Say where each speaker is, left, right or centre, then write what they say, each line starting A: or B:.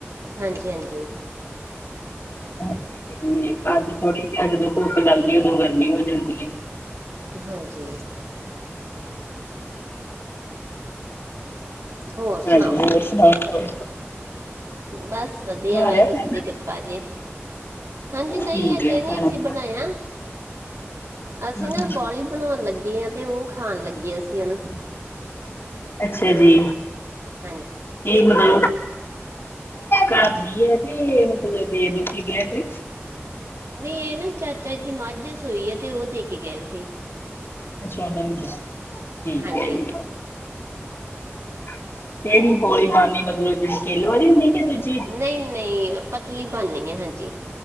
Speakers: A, on the right (about 75°); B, on the left (about 55°).
A: ਹਾਂਜੀ ਹਾਂਜੀ
B: ਹਾਂਜੀ ਤੇ ਅੱਜ ਥੋੜੀ ਜਿ ਜਦੋਂ ਧੁੱਪ ਲੱਗਦੀ ਉਦੋਂ ਗਰਮੀ ਹੋ ਜਾਂਦੀ ਹੈ।
A: ਹਾਂਜੀ ਹੋਰ ਸੁਣਾਓ
B: ਹਾਂਜੀ ਹੋਰ ਸੁਣਾਓ ਫਿਰ
A: ਬਸ ਵਧੀਆ ਵਾਹਿਗੁਰੂ
B: ਲਿਆ ਖਾਣਾ
A: ਜੀ ਦੀ ਕਿਰਪਾ ਜੇ ਹਾਂਜੀ ਨਹੀਂ
B: ਠੀਕ
A: ਅਜੇ
B: ਹੈ
A: ਨਹੀਂ
B: ਖਾਣਾ
A: ਅਸੀਂ
B: ਹਮ
A: ਬਣਾਇਆ ਅਸੀਂ
B: ਹਮ।
A: ਨਾ ਬੋਲੀ ਬਣਾਉਣ ਲੱਗੇ ਹਾਂ ਤੇ ਉਹ ਖਾਣ ਲੱਗੇ ਅਸੀਂ ਹਨਾ।
B: ਅੱਛਾ ਜੀ
A: ਹਾਂਜੀ
B: ਇਹ ਬਣਾ ਘਰਦੀ ਹੈ ਤੇ ਮਤਲਬ ਦੇ ਦੁਖੀ ਗਿਆ ਕੋਈ
A: ਨਹੀਂ ਇਹ ਨਾ ਚਾਚਾ ਜੀ ਦੀ ਮਾਝ ਸੋਈ ਤੇ ਉਹ ਦੇ ਕੇ ਗਏ ਸੀ।
B: ਅੱਛਾ ਔਨਲਾਈਨ ਦਿੱਤੀ ਐ ਠੀਕ
A: ਹਾਂਜੀ
B: ਐ
A: ਹਾਂਜੀ
B: ਠੀਕ ਕਿਹੜੀ ਪੌਲੀ ਗੱਲ ਨੀ ਮਤਲਬ ਜਿਹੜੀ ਕਿਲ ਵਾਲੀ ਹੁੰਦੀ ਕਿ ਵਿੱਚ
A: ਨਹੀਂ ਨਹੀਂ ਪਤਲੀ ਬਣਨੀ ਹੈ ਹਾਂਜੀ